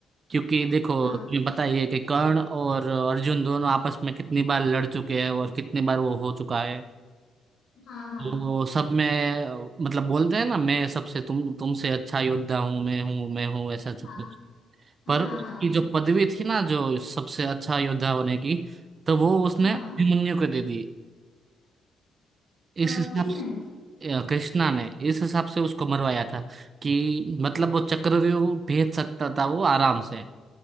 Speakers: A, on the right; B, on the left.
A: क्योंकि देखो
B: हाँ
A: तुम्हें पता ही है कि कर्ण और अर्जुन दोनों आपस में कितनी बार लड़ चुके हैं और कितनी बार वो हो चुका है
B: हाँ हाँ
A: वो सब में अ, मतलब बोलते हैं ना मैं सबसे तुम तुमसे अच्छा योद्धा हूँ मैं हूँ मैं हूँ ऐसा सब
B: हाँ
A: कुछ पर
B: हाँ
A: उसकी
B: हाँ
A: जो पदवी थी ना जो सबसे अच्छा योद्धा होने की तो वो उसने
B: हाँ
A: अभिमन्यु को दे दी इस
B: अ,
A: हिसाब
B: किसने मतलब
A: अ, कृष्णा ने इस हिसाब से उसको मरवाया था कि मतलब वो चक्रव्यूह भेज सकता था वो आराम से